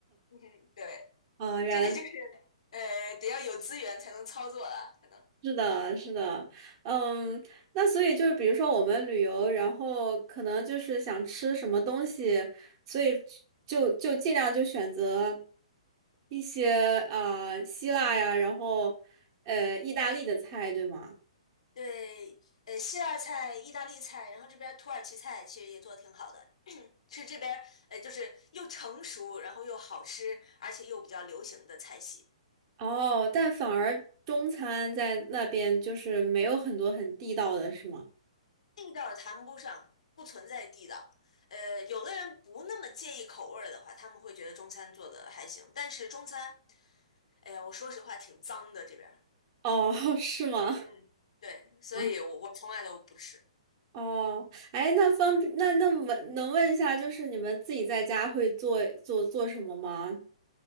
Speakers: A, on the left (about 70°); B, on the right (about 40°).
A: 嗯哼，对，
B: 哦，原来。
A: 这个就是呃，得要有资源才能操作了，可能。
B: 是的，是的，嗯，那所以就是，比如说我们旅游，然后可能就是想吃什么东西，所以就就尽量就选择一些呃希腊呀，然后呃意大利的菜，对吗？
A: 对，呃，希腊菜、意大利菜，然后这边儿土耳其菜其实也做的挺好的，是这边儿呃就是又成熟，然后又好吃，而且又比较流行的菜系。
B: 哦，但反而中餐在那边就是没有很多很地道的，是吗？
A: 地道谈不上，不存在地道。呃，有的人不那么介意口味儿的话，他们会觉得中餐做的还行，但是中餐。哎呀，我说实话挺脏的这边儿，
B: 哦，<laughs> 是吗？
A: 嗯，对，所以我我从来都不吃。
B: 啊哦，哎，那方那那么能问一下，就是你们自己在家会做做做什么吗？